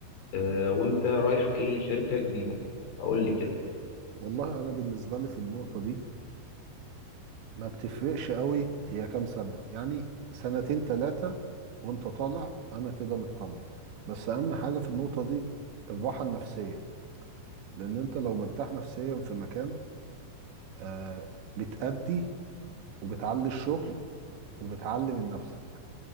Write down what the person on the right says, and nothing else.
والله انا بالنسبه لي في النقطه دي ما بتفرقش قوي هي كام سنه يعني سنتين ثلاثه وانت طالع انا كده مطمن بس اهم حاجه في النقطه دي الراحه النفسيه لان انت لو مرتاح نفسيا في مكان آه بتأدي وبتعلي الشغل وبتعلي من نفسك